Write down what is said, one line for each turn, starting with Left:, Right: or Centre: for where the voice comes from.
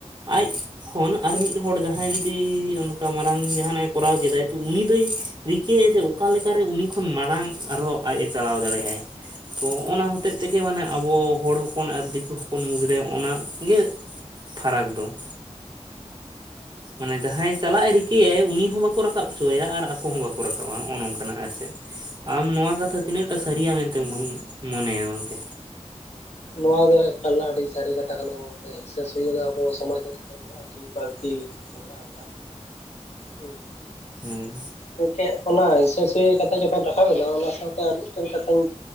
Right: ᱟᱡ ᱠᱷᱚᱱ, ᱟᱨ ᱢᱤᱫ ᱦᱚᱲ᱾ ᱡᱟᱦᱟᱸᱭ ᱡᱩᱫᱤ ᱚᱱᱠᱟ ᱢᱟᱨᱟᱝ ᱡᱟᱦᱟᱱᱟᱼᱜ ᱮ ᱠᱚᱨᱟᱣ ᱠᱮᱫᱟᱭ ᱾ᱛᱚ ᱩᱱᱤ ᱫᱚᱭ ᱨᱤᱠᱟᱹᱭᱟ ᱾ᱡᱮ ᱚᱠᱟ ᱞᱮᱠᱟᱨᱮ ᱩᱱᱤ ᱠᱷᱚᱱ ᱢᱟᱲᱟᱝ ᱟᱨᱦᱚᱸ ᱟᱡᱼ ᱮ ᱪᱟᱞᱟᱣ ᱫᱟᱲᱮᱭᱟᱜᱼ ᱟᱭ ᱛᱚ ᱚᱱᱟ ᱦᱚᱛᱮᱜ ᱛᱮᱜᱮ ᱢᱟᱱᱮ ᱟᱵᱚ ᱦᱚᱲ ᱦᱚ ᱦᱚᱯᱚᱱ ᱟᱨ ᱫᱤᱠᱩ ᱦᱚᱯᱚᱱ ᱢᱩᱫᱽᱨᱮ ᱚᱱᱟ ᱜᱮ ᱯᱷᱟᱨᱟᱠ ᱫᱚ ᱢᱟᱱᱮ ᱡᱟᱦᱟᱸᱭ ᱪᱟᱞᱟᱜ ᱮ ᱨᱤᱠᱟᱹᱭᱟᱭ ᱩᱱᱤ ᱦᱚᱸ ᱵᱟᱠᱚ ᱨᱟᱠᱟᱵ ᱦᱚᱪᱚᱣᱭᱟ ᱟᱨ ᱟᱠᱚ ᱦᱚᱸ ᱵᱟᱠᱚ ᱨᱟᱠᱟᱵᱼᱟ ᱱᱚᱜᱼᱚ ᱱᱚᱝᱠᱟ ᱟᱨ ᱪᱮᱫ ᱟᱢ ᱱᱚᱣᱟ ᱠᱟᱛᱷᱟ ᱛᱤᱱᱟᱹᱜᱴᱟ ᱥᱟᱹᱨᱤᱭᱟ ᱢᱮᱱᱛᱮᱢ ᱢᱚᱱᱮᱭᱟ ᱜᱚᱝᱠᱮ
Left: ᱱᱚᱣᱟ ᱫᱚ ᱮᱠᱟᱞ ᱟᱹᱰᱤ ᱥᱟᱹᱨᱤ ᱠᱟᱛᱷᱟ ᱠᱟᱱᱟ ᱜᱚᱝᱠᱮ ᱦᱤᱸᱥᱟᱹ ᱥᱩᱭᱟᱹ ᱫᱚ ᱟᱵᱚ ᱥᱚᱢᱟᱡᱽ ᱨᱮᱫᱚ ᱟᱹᱰᱤ ᱵᱟᱹᱲᱛᱤ ᱢᱮᱱᱟᱜ ᱟᱠᱟᱜᱼᱟ ᱦᱮᱸ
Right: ᱦᱩᱸ
Left: ᱜᱚᱝᱠᱮ ᱚᱱᱟ ᱦᱤᱥᱟᱹ-ᱥᱩᱭᱟᱹ ᱠᱟᱛᱷᱟ ᱡᱚᱠᱷᱚᱱ ᱨᱟᱠᱟᱵ ᱮᱱᱟ ᱚᱱᱟ ᱥᱟᱶᱛᱮ ᱟᱨ ᱢᱤᱫᱴᱮᱱ ᱠᱟᱛᱷᱟᱧ